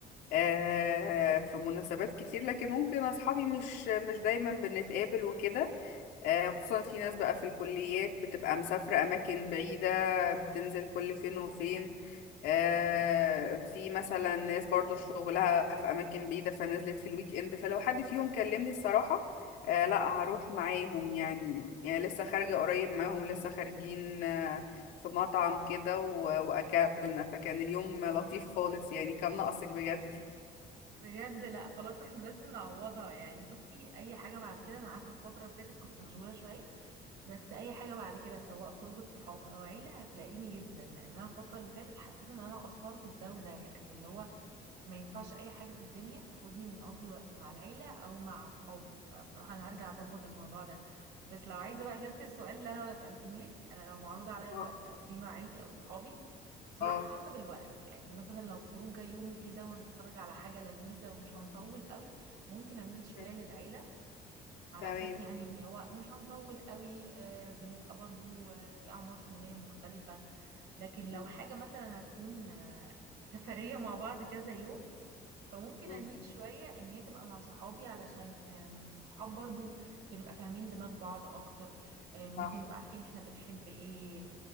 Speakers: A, on the left (about 80°); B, on the right (about 80°).
A: آه، في مناسبات كتير لكن ممكن اصحابي مش مش دايما بنتقابل وكده آه، خصوصا في ناس بقى في الكليات بتبقى مسافرة أماكن بعيدة بتنزل كل فين وفين آه، في مثلا ناس برضو شغلها في أماكن بعيدة فنزلت في الويك إند فلو حد فيهم كلمني الصراحة آه، لا هروح معاهم يعني يعني لسه خارجة قريب معاهم لسه خارجين آه، في مطعم كده و- وأكلنا فكان اليوم لطيف خالص يعني كان ناقصك بجد
B: بجد لا خلاص احنا لازم نعوضها يعني بصي اي حاجه بعد كده انا عارفه الفتره اللي فاتت كنت مشغوله شويه بس اي حاجه بعد كده سواء خروجه صحاب او عيله هتلاقيني جدا لان انا الفتره اللي فاتت حسيت ان انا قصرت في ده وده يعني اللي هو ما ينفعش اي حاجه في الدنيا تاخدني من اقضي وقت مع العيله او مع صحابي فبصراحه انا هرجع اظبط الموضوع ده بس لو عايزه بقى اجابه السؤال اللي انا سالته لك انا لو معروض عليا
A: اه
B: وقت اقضيه مع عيلتي او صحابي بصراحة
A: اه
B: حسب الوقت يعني مثلا لو خروجة يوم كده وهنتفرج على حاجة لذيذة ومش هنطول قوي ممكن أميل شوية
A: م،
B: للعيلة على
A: تمام
B: أساس يعني إن هو مش هنطول قوي آه، بنبقى برضو آه، في أعمار سنية مختلفة لكن لو
A: م-
B: حاجة مثلا هتكون آه، سفرية مع بعض كذا يوم فممكن
A: م-
B: اميل شويه ان هي تبقى مع صحابي علشان آم، الصحاب برضو بنبقى فاهمين دماغ بعض اكتر آم،
A: صح
B: ممكن نبقى عارفين احنا بنحب ايه